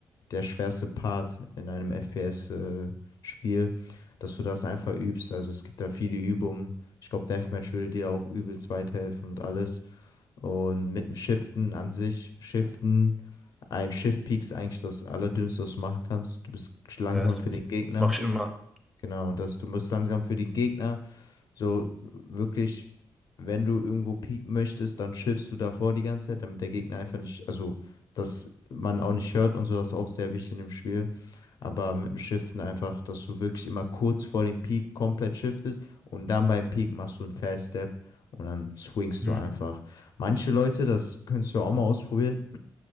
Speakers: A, on the left; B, in the centre.
A: der schwerste Part in einem FPS-Spiel, dass du das einfach übst. Also es gibt da viele Übungen. Ich glaube, Deathmatch würde dir da auch übelst weiterhelfen und alles. Und mit dem Shiften an sich, Shiften, ein Shift-Peak ist eigentlich das Allerdümmste, was du machen kannst. Du bist langsam
B: ja das,
A: für den Gegner.
B: das mache ich immer.
A: Genau, und das, du bist langsam für den Gegner. So wirklich, wenn du irgendwo peaken möchtest, dann shiftst du davor die ganze Zeit, damit der Gegner einfach nicht, also dass man auch nicht hört und so, das ist auch sehr wichtig in dem Spiel aber mit dem Shiften einfach, dass du wirklich immer kurz vor dem Peak komplett shiftest und dann beim Peak machst du einen Fast Step und dann swingst
B: Hm.
A: du einfach. Manche Leute, das könntest du ja auch mal ausprobieren,